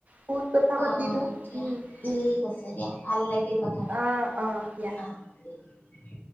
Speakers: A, on the right; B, on the left.
A: বহুত কথা পাতিলো
B: অ দিয়া
A: উম
B: ঠিক
A: উম
B: আছে দিয়া ভাল লাগিল কথা পাতি
A: অ অ দিয়া
B: আহ। <unintelligible>